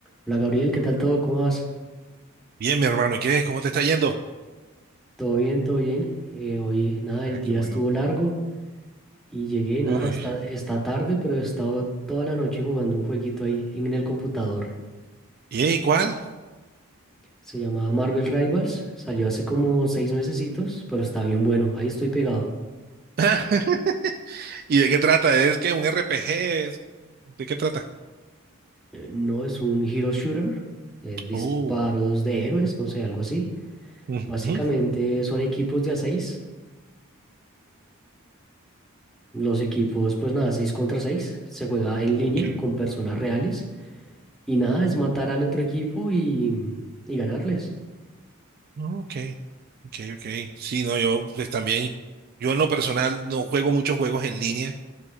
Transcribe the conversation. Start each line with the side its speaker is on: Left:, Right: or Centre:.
Centre: Hola Gabriel, ¿qué tal todo? ¿Cómo vas?
Right: Bien, mi hermano, ¿y qué? ¿Cómo te está yendo?
Centre: Todo bien, todo bien. Eh, hoy nada,
Right: Ah,
Centre: el día
Right: qué bueno.
Centre: estuvo largo y llegué,
Right: Uy.
Centre: nada, está, está tarde, pero he estado toda la noche jugando un jueguito ahí en el computador.
Right: ¿Y eh, cuál?
Centre: Se llama Marvel Rivals, salió hace como seis mesecitos, pero está bien bueno, ahí estoy pegado.
Right: <laughs> ¿Y de qué trata? ¿Es que un RPG? ¿Es- ¿De qué trata?
Centre: Eh, No es un hero shooter, eh, disparos
Right: Oh.
Centre: de héroes, no sé, algo así.
Right: ujú,
Centre: Básicamente son equipos de a 6. los equipos, pues nada, 6 contra 6. Se juega en línea
Right: Ok.
Centre: con personas reales. Y nada, es matar al otro equipo y, y ganarles.
Right: Ok. Ok, ok. Sí, no, yo pues también, yo en lo personal no juego muchos juegos en línea.